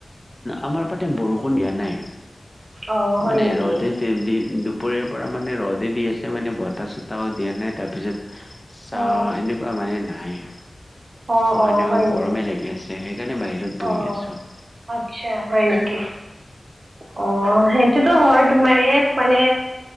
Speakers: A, on the left; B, on the right.
A: আমাৰ পাতে বৰষুণ দিয়া নাই,
B: অ হয়
A: মানে
B: নেকি
A: ৰ'দে দি <unintelligible> দুপৰীয়াৰ পৰা মানে ৰ'দে দি আছে মানে বতাহ-চতাহও দিয়া নাই। তাৰপিছত, চাহ
B: অ
A: এনেকুৱা মানে নাই,
B: অ অ
A: এনেকুৱা
B: হয় নেকি
A: গৰমেই লাগি আছে। সেইকাৰণে বাহিৰত বহি
B: অ
A: আছোঁ।
B: আচ্ছা, হয় নেকি? অ' সেই টোতো হয় তোমাৰ এ মানে